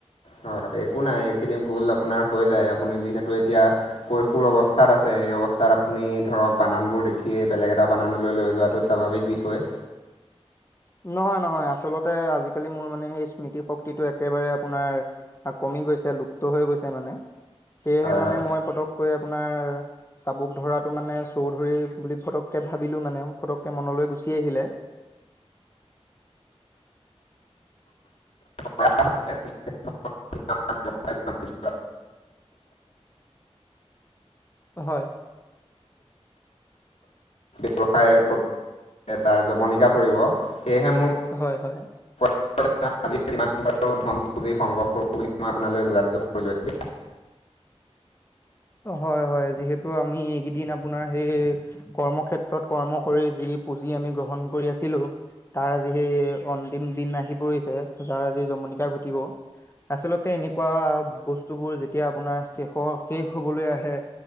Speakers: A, on the left; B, on the left.
A: হয়। একো নাই, এইখিনি ভুল আপোনাৰ হৈ যায় আপুনি যিহেতু এতিয়া কৈশোৰ অৱস্থাত আছে, এই অৱস্থাত আপুনি ধৰক বানানবোৰ দেখিয়ে বেলেগ এটা বানাননলৈ লৈ যোৱাটো স্বাভাৱিক বিষয়।
B: নহয় নহয় আচলতে আজিকালি মোৰ মানে সেই স্মৃতি শক্তিটো একেবাৰে আপোনাৰ কমি গৈছে লুপ্ত হৈ গৈছে মানে সেয়েহে
A: হয়
B: মানে
A: হয়
B: মই ফটককৈ আপোনাৰ চাবুক ধৰাতটো মানে চৌধুৰী বুলি ফটককে ভাবিলো মানে ফটককে মনলৈ গুচি আহিলে।
A: <unintelligible> হয় <unintelligible>
B: হয়।
A: ব্যৱসায় পঠ এটা জমনিকা পৰিব সেয়েহে মোৰ
B: হয় হয়।
A: <unintelligible> ধন পুঁজি সংগ্ৰহ কৰো বুলি ম আপোনাল যোগা কৰিলো এতিয়া।
B: হয় হয় যিহেতু আমি এইকেইদিন আপোনাৰ সেই কৰ্মক্ষেত্ৰত কৰ্ম কৰি যি পুহি আমি গ্ৰহণ কৰি আছিলো। তাৰ আজি সেই অন্তিম দিন আহি পৰিছে যাৰ আজি জমনিকা ঘটিব। আচলতে এনেকুৱা বস্তু বোৰ যেতিয়া আপোনাৰ শেষ ক শেষ হবলৈ আহে